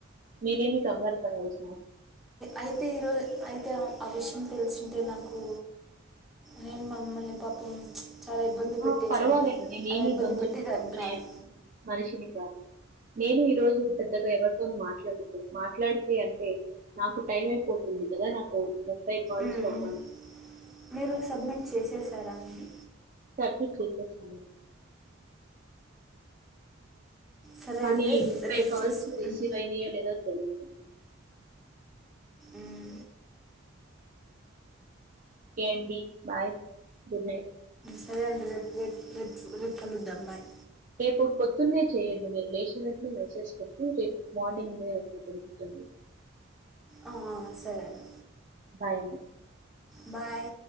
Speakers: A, on the right; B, in the centre.
A: మీరేమి కంగారుపడవచ్చు
B: అయితే ఈరోజు అయితే ఆ విషయం తెలిసుంటే నాకు నేను మమ్మల్ని పాపం చాలా ఇబ్బంది పెట్టేశాను
A: ఆ పర్వాలేదు నేనేమి
B: అలా ఇబ్బంది
A: తొందరగా
B: పెట్టేదాన్ని
A: పడుకునే
B: కాదు
A: మనిషిని కాదు, నేను ఈ రోజు పెద్దగా ఎవరితోనూ మాట్లాడలేదు, మాట్లాడితే అంటే నాకు టైం అయిపోతుంది కదా నాకు తై కాల్స్
B: ఉమ్,
A: ఆహా
B: ఉమ్. మీరు సబ్మిట్ చేసేసారా అండి
A: చకిీ కల్తే చ లేద
B: సరే
A: కానీ
B: అయితే
A: ఈ ముప్పై
B: రేపు
A: కాల్స్
B: చేసి
A: రిసీవ్
B: ఉమ్,
A: అయినాయో లేదో తెలియదు
B: ఉమ్.
A: ఒకే అండీ బాయ్ గుడ్ నైట్
B: సరే అండి రేపు రేపు రె కలుద్దా బాయ్
A: రేపు పొద్దున్నే చేయండి మీరు లేచిన వెంటనే మెసేజ్ పెడితే రేపు మార్నింగ్ జరుగుతుంది.
B: ఆ సరే అండి
A: బాయ్ అని
B: బాయ్